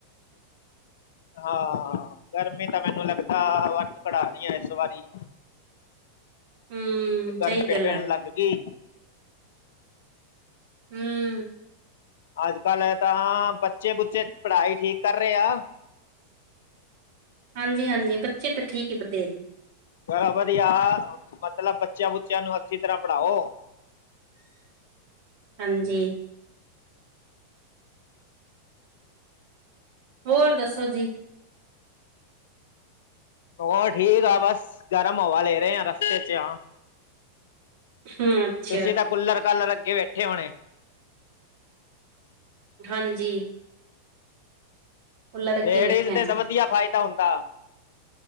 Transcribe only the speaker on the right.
ਹੂੰ,
ਸਹੀ
ਗੱਲ ਹੈ
ਹੂੰ।
ਹਾਂਜੀ- ਹਾਂਜੀ ਬੱਚੇ ਤਾਂ ਠੀਕ ਹੀ ਪੜਦੇ ਏ ਜੀ।
ਹਾਂਜੀ। ਹੋਰ ਦੱਸੋ ਜੀ?
ਹੂੰ। ਅੱਛਾ
ਹਾਂਜੀ। ਕੂਲਰ ਅੱਗੇ
ਬੈਠੇ
ਆ ਜੀ।